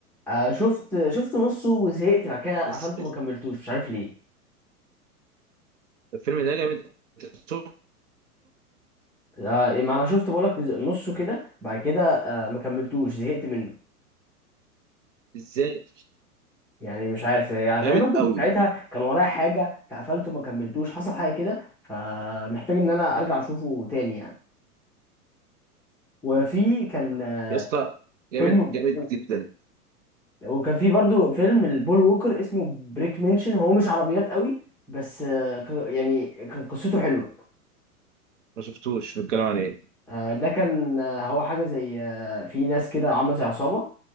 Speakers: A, in the centre; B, on the right.
A: آه شفت شفت نصه وزهقت بعد كده قفلته
B: اس- اس-
A: ما كملتوش مش عارف ليه
B: الفيلم ده جامد أنت شفته
A: آه ما انا شفت بقولك نصه كده بعد كده آه ما كملتوش زهقت منه
B: ازاي
A: يعني مش عارف يعني
B: جامد
A: غالبا كنت
B: قوي
A: ساعتها كان ورايا حاجه فقفلته ما كملتوش حصل حاجه كده فمحتاج ان انا ارجع اشوفه تاني يعني وفي كان آه،
B: يا اسطى جامد
A: فيلم
B: جامد جدا
A: وكان في برضو فيلم البول ووكر اسمه بريك منشن هو مش عربيات قوي بس آه، ك- يعني كان قصته حلوه
B: ما شفتوش بنتكلم عن ايه
A: آه، ده كان آه، هو حاجة زي آه، في ناس كده عاملة زي عصابة